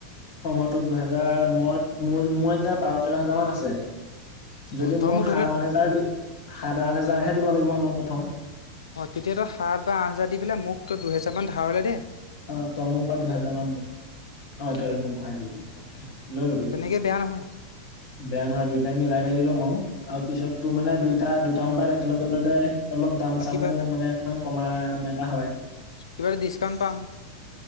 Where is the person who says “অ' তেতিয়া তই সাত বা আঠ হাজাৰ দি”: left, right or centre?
Left